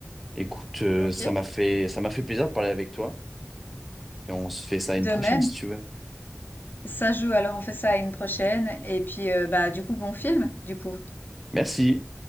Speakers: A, in the centre; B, on the left (about 45°).
A: Écoute, euh,
B: Ok.
A: ça m'a fait, ça m'a fait plaisir de parler avec toi et on se fait ça une
B: De
A: prochaine
B: même.
A: si tu veux.
B: Ça joue, alors on fait ça à une prochaine. Et puis, heu, bah, du coup, bon film, du coup.
A: Merci.